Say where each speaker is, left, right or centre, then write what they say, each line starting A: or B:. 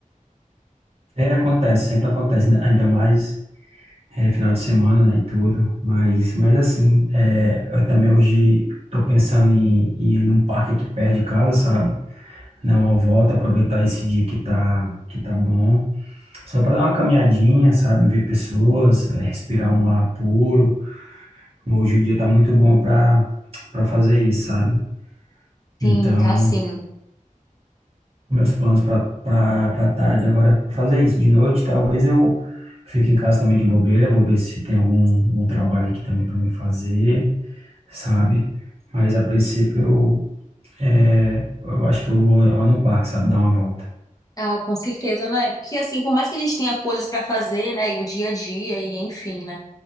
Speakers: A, on the right; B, on the left.
A: É, acontece, sempre acontece, ainda ainda mais é, final de semana, né, e tudo. Mas, mas assim, é, eu também hoje tô pensando em, em ir num parque aqui perto de casa, sabe? Dar uma volta, aproveitar esse dia que tá, que tá bom. Só para dar uma caminhadinha, sabe? Ver pessoas, é, respirar um ar puro. Hoje o dia tá muito bom para para fazer isso, sabe? Então,
B: Sim, tá sim.
A: Meus planos para tarde agora é fazer isso. De noite, talvez eu fique em casa também de bobeira, vou ver se tem algum, algum trabalho aqui também para me fazer, sabe? Mas a princípio eu, é, eu acho que eu vou lá no parque, sabe? Dar uma volta. <laughs>
B: Ah, com certeza, né? Porque assim, por mais que a gente tenha coisas pra fazer, né? E o dia a dia, e enfim, né?